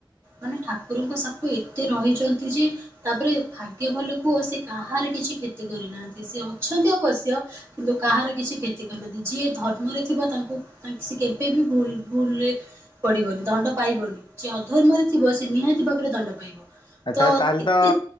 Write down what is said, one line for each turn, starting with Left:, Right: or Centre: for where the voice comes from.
Right: ମାନେ ଠାକୁରଙ୍କ ସାପ ଏତେ ରହିଚନ୍ତି ଯେ ତାପରେ ଭାଗ୍ୟ ଭଲ କୁଅ ସେ କାହାର କିଛି କ୍ଷତି କରିନାହାନ୍ତି ସେ ଅଛନ୍ତି ଅବଶ୍ୟ କିନ୍ତୁ କାହାର କିଛି କ୍ଷତି କରିନହାନ୍ତି ଯିଏ ଧର୍ମରେ ଥିବ ତାଙ୍କୁ ତା ଙ୍କ୍ ସେ କେବେ ବି ଭୁଲ୍ ଭୁଲ୍ ରେ ପଡିବନି ଦଣ୍ଡ ପାଇବନି ଯିଏ ଅଧର୍ମରେ ଥିବ ସେ ନିହାତି ଭାବରେ ଦଣ୍ଡ ପାଇବ।
Left: ଆଚ୍ଛା
Right: ତ
Left: ତାହେଲେ
Right: ଏତେ
Left: ତ